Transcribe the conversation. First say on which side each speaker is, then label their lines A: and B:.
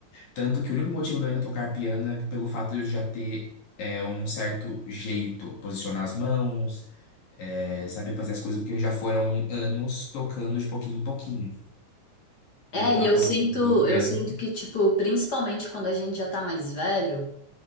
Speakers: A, on the left; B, on the left.
A: Tanto que o único motivo de eu ainda tocar piano é pelo fato de eu já ter é, um certo jeito, posicionar as mãos, é, saber fazer as coisas, porque já foram anos tocando de pouquinho em pouquinho.
B: É,
A: Então,
B: e
A: eu
B: eu
A: acabo
B: sinto,
A: tocando piano
B: eu sinto que tipo, principalmente quando a gente já tá mais velho,